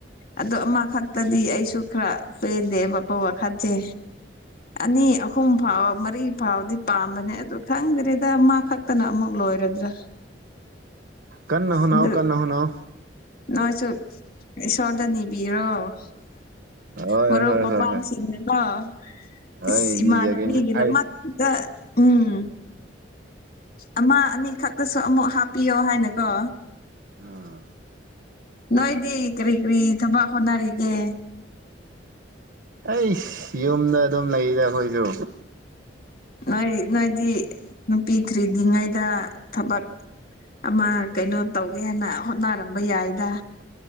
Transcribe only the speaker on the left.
ꯑꯗꫭ ꯑꯃꯈꯛꯇꯗꯤ ꯑꯩꯁꯨ ꯈꯔ ꯄꯦꯟꯗꯦꯕꯀꯣ ꯋꯥ ꯈꯟꯁꯦ ꯑꯅꯤ ꯑꯍꯨꯝ ꯐꯥꯎꯕ ꯃꯔꯤ ꯐꯥꯎꯕꯗꯤ ꯄꯥꯝꯕꯅꯦ ꯑꯗꯨ ꯈꯪꯗ꯭ꯔꯦꯗ ꯑꯃꯥ ꯈꯛꯇꯅ ꯑꯃꯨꯛ ꯂꯣꯏꯔꯗ꯭ꯔꯥ
ꯑꯗꯨ
ꯅꯣꯏꯁꯨ ꯏꯁꫭꯔꯗꯅꯤꯕꯤꯌꫭ
ꯃꯔꯨꯞ
ꯃꯄꯥꯡꯁꯤꯡꯗꯤꯀꫭ
ꯏꯁ
ꯏꯃꯥꯟꯅꯕꯤꯒꯤꯗ
ꯗ ꯎꯝ ꯑꯃ ꯑꯅꯤꯈꯛ ꯇꯁꯨ ꯑꯃꯨꯛ ꯍꯥꯞꯄꯤꯌꯣ ꯍꯥꯏꯅꯀꯣ
ꯅꯣꯏꯗꯤ ꯀꯔꯤ ꯀꯔꯤ ꯊꯕꯛ ꯍꯣꯠꯅꯔꯤꯒꯦ
ꯅꯣꯏ ꯅꯣꯏꯗꯤ ꯅꯨꯄꯤ ꯊꯤꯗ꯭ꯔꯤꯉꯩꯗ ꯊꯕꯛ ꯑꯃ ꯀꯩꯅꯣ ꯇꯧꯒꯦꯅ ꯍꯣꯠꯅꯔꯝꯕ ꯌꯥꯏꯗ